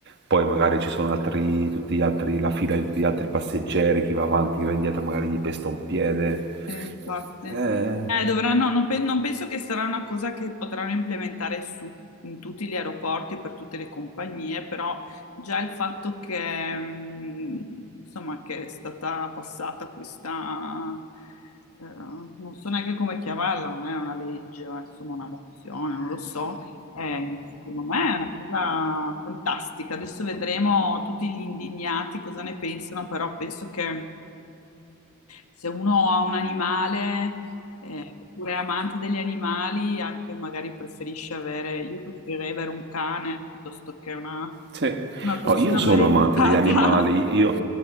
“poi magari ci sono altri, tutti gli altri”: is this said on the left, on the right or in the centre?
Right